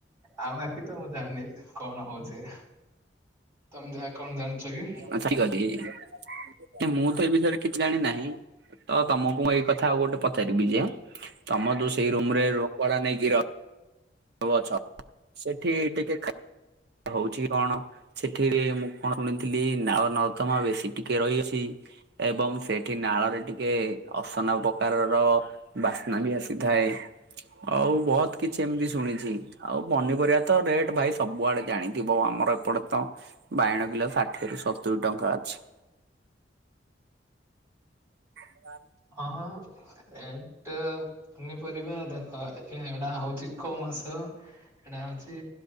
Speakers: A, on the right; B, on the right.
A: ଆଉ ବାକି ତ ମୁଁ ଜାଣିନି କଣ ହଉଛି ତମେ ଯାହା କଣ ଜାଣିଛ କି?
B: ଆଛା ଠିକ ଅଛି କାଇଁ ମୁଁ ତ ଏ ବିଷୟରେ କିଛି ଜାଣି ନାହିଁ? ତ ତମକୁ ମୁଁ ଏଇ କଥା ଆଉ ଗୋଟେ ପଚାରିବି ଯେ ତମ ଯୋଉ ସେଇ ରୁମରେ ରୁମ ଭଡା ନେଇକି ରହ ଅଛ ସେଠି ଟିକେ ଖାଇ ହଉଛି କି କଣ? ସେଠି ମୁଁ କଣ ଶୁଣିଥିଲି ନାଳ ନର୍ଦମା ବେଶୀ ଟିକେ ରହିଅଛି। ଏବଂ ସେଠି ନାଳରେ ଟିକେ ଅସନା ପ୍ରକାରର ବାସ୍ନା ବି ଆସିଥାଏ। ଆଉ ବହୁତ କିଛି ଏମିତି ଶୁଣିଛି ଆଉ ପନିପରିବା ତ ରେଟ ଭାଇ ସବୁଆଡେ ଜାଣିଥିବ ଆମର ଏପଟେ ତ ବାଇଣ କିଲୋ ଷାଠିଏରୁ ସତୁରୀ ଟଙ୍କା ଅଛି। <inaudible>
A: ହଁ। ରେଟ ପନିପରିବା ଦେଖ ଏଇଟା ହଉଛି କୋଉ ମାସ? ଏଟା ହଉଛି